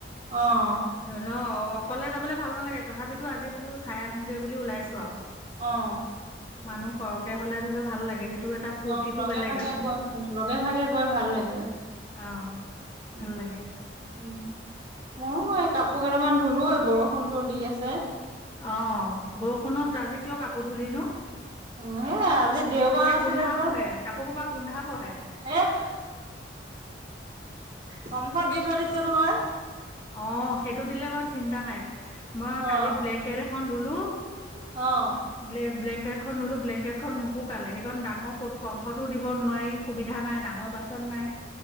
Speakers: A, on the right; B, on the left.
A: অ'।
B: ধৰি ল অকলে যাবলৈ ভাল নালাগে তথাপিতো আজি বোলো চাই আহো গৈ বুলি ওলাইছোঁ আৰু।
A: অ'।
B: মানুহ সৰহকে হ'লে ধৰি ল ভাল লাগে সেইটো এটা ফূৰ্তিটো
A: অ', লগে
B: বেলেগ
A: ভাগে
B: আৰু
A: গৈ লগে ভাগে গৈ ভাল লাগে।
B: অ'।
A: উম,
B: ভাল লাগে
A: উম। নহয় এই কাপোৰ কেইটামান ধুলো এই বৰষুণটো দি আছে।
B: অ', বৰষুণত আজি কিয় কাপোৰ ধূলিনো?
A: অ', সেই আজি দেওবাৰ
B: সেই
A: আছিলে
B: গোন্ধাবহে
A: যে,
B: কাপোৰ সোপা গোন্ধাবহে।
A: <inaudible> কম্ফ'ত দি থৈ দিছো নহয়।
B: অ', সেইটো দিলে বাৰু চিন্তা নাই। মই
A: অ',
B: কালি ব্লেংকেট এখন ধুলো।
A: অ',
B: ব্লে ব্লেংকেটখন ধোলো ব্লেংকেটখন নুশুকালে সেইখন ডাঙৰ ক'তো ক'ম্ফটো দিব নোৱাৰি। সুবিধা নাই ডাঙৰ বাছন নাই।